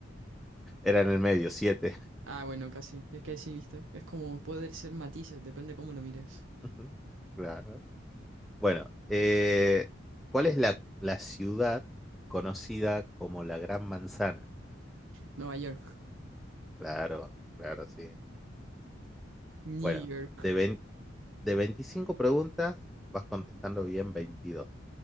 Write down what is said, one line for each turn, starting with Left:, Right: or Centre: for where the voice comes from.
Centre: Era en el medio, siete.
Right: Ah, bueno, casi. Es que sí, viste. Es como poder ser matices, depende cómo lo mires.
Centre: <laughs> Claro. Bueno, eh, ¿cuál es la, la ciudad conocida como la Gran Manzana?
Right: Nueva York.
Centre: Claro, claro, sí.
Right: New
Centre: Bueno,
Right: York.
Centre: de, vein- de 25 preguntas vas contestando bien 22.